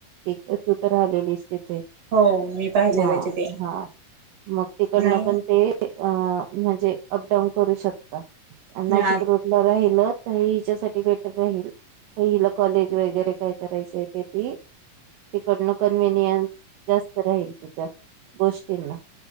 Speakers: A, on the right; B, on the right.
A: एक तू तर आलेली असते ते
B: हो मी पाहिलेलंच
A: हा
B: ते
A: हा मग तिकडनं
B: नाही
A: पण ते अ म्हणजे अपडाऊन करू शकतात नाशिक
B: मी आज
A: रोडला राहील तर हिच्यासाठी बेटर राहील. पहिला कॉलेज वगैरे काय करायचंय ते ती करण कन्व्हनियन्स जास्त राहील. गोष्टींना